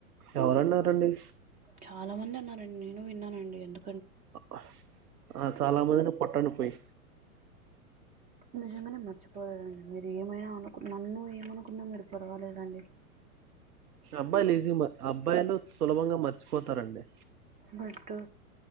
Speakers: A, on the right (about 80°); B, on the right (about 20°).
A: ఎవరన్నారండీ?
B: చాలా మంది అన్నారండి. నేనూ విన్నానండీ. ఎందు
A: అ ఆ చాలా మందిని పట్టండి పొయ్
B: నిజంగనే మర్చిపోలేరండి. మీరు ఏమైనా అనుకు నన్నూ ఏమనుకున్నా మీరు పర్వాలేదండీ.
A: అబ్బాయ్లు ఈసీ మ అబ్బాయిలు సులభంగా మర్చిపోతారండి.
B: బటు